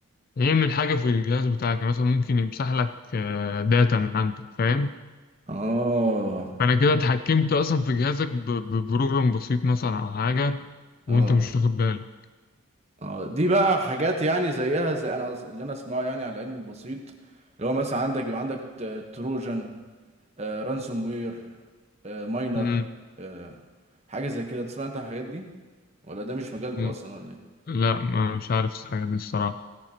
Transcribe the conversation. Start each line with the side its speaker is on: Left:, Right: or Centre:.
Left: يعمل حاجه في الجهاز بتاعك يعني مثلا ممكن يمسح لك آه، داتا من عندك فاهم
Right: اه
Left: فانا كده اتحكمت اصلا في جهازك ب- ببروجرام بسيط مثلا او حاجه وانت
Right: اه
Left: مش واخد بالك
Right: اه دي بقى حاجات يعني زيها زي انا قص- اللي انا اسمعه يعني على العلم البسيط اللي هو مثلا عندك يبقى عندك ت- تروجان آه رانسوم وير آه ماينر
Left: مم.
Right: آه حاجه زي كده تسمع انت عن الحاجات دي ولا ده مش مجالكم
Left: مم.
Right: اصلا ولا ايه
Left: لا ما مش عارف الحاجه دي الصراحه